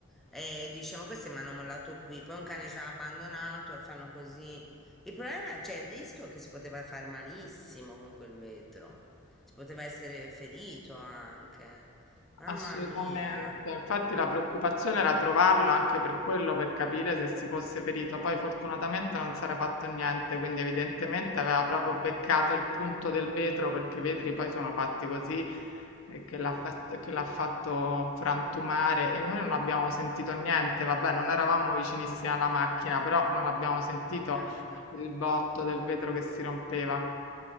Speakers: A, in the centre; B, on the left.
A: e dice, ma questi mi hanno mollato qui, poi un cane già abbandonato e fanno così. Il problema, cioè il rischio è che si poteva fare malissimo con quel vetro, si poteva essere ferito anche. Mamma
B: Assolutamente,
A: mia,
B: infatti la preoccupazione era trovarlo anche per quello, per capire se si fosse ferito. Poi fortunatamente non si era fatto niente, quindi evidentemente aveva proprio beccato il punto del vetro, perché i vetri poi sono fatti così, eh, che l'ha fatto, che l'ha fatto frantumare e noi non abbiamo sentito niente. Vabbè, non eravamo vicinissimi alla macchina, però non abbiamo sentito
A: Eh, però-
B: il botto del vetro che si rompeva.